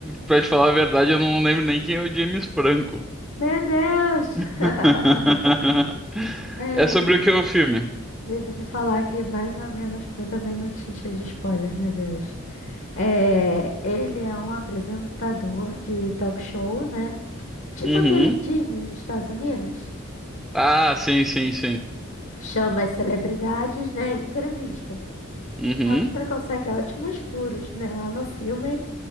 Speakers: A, in the centre; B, on the left.
A: pra te falar a verdade, eu não lembro nem quem é o James Franco.
B: Meu Deus!
A: <laughs>
B: <laughs> É,
A: É sobre
B: deixa,
A: o que é o filme?
B: deixa eu te falar aqui mais ou menos pra eu também não te encher de spoiler, meu Deus. É, ele é um apresentador de talk show, né? Tipo
A: Uhum.
B: aquele Jimmy nos Estados Unidos.
A: Ah, sim, sim, sim.
B: Chama as celebridades, né? em Entrevista.
A: Uhum.
B: Tanto que ele consegue ótimos furos, né? Lá no filme,